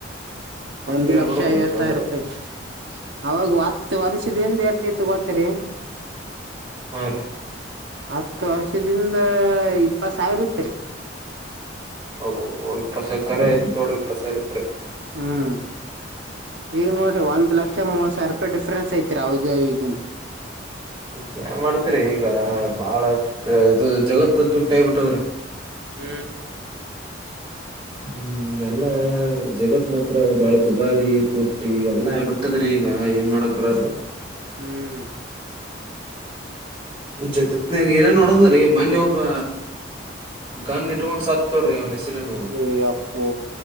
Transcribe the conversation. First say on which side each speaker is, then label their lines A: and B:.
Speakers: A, on the right; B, on the right.
A: ಒಂದ್
B: ಏನ್
A: ಲಕ್ಷ
B: ಮಾಡದ್ರಿ
A: ಐವತ್ತುಾವಿರ
B: ನಂದ್ರ
A: ರೂಪಾಯಿ ಅವಾಗ ಹತ್ತು ವರ್ಷದಿಂದ ಎಟ್ಟೈತ್ತು ಗೋತ್ತರಿ <unintelligible>
B: ಹಾ ರೀ
A: ಹತ್ತು ವರ್ಷದಿಂದ ಇಪ್ಪತ್ ಸಾವಿರ ಇತ್ರಿ
B: ಓ್ ಇಪ್ಪಸ ಕರೆ ಐತ್ ದೋಡ್ರಿ ಇಪ್ಪಸಾಯ ಐತ್ರಿ
A: ಹ್ಮ್ ಈಗ ನೋಡ್ರಿ ಒಂದ್ ಲಕ್ಷ ಮೂವತ್ ಸ್ವಲ್ಪ ಡಿಫ್ರೆನ್ಸ್ ಐತಿ ರ ಅವಾಗ ಈಗಿಂದು
B: ಮತ್ತೆ ಏನ್ ಮಾಡ್ತರಿ ಈಗ ಬಾಳ ಇದು ಜಗತ್ತು ತುಟಬಿಟ್ಟದ್ರ
A: ಹ್ಮ್
B: ಹ್ಮ್ ಈಗೆಲ್ಲಾ ಜಗತ್ ಮಾತ್ರ ಬಾಳ ದುಬಾರಿ ತೊಟ್ಟಿ ಎಲ್ಲಾ ಆಬಿಟ್ಟದ್ರಿ. ಈಗ ಏನ್ ಮಾಡಕ್ ಬರದು.
A: ಹ್ಮ್
B: ಜಗತ್ನಯಾಗ ಏನೇ ನೋಡೋದ್ರೀ ಮೊನ್ನೆ ಒ ಬ್ಬ ಗನ್ ಇಟ್ಕೊಂಡು ಸತ್ತ ತೊಡ್ರಿ ಅವನ ಹೆಸ್ರನು.
A: ಹೇ ಯಪ್ಪೋ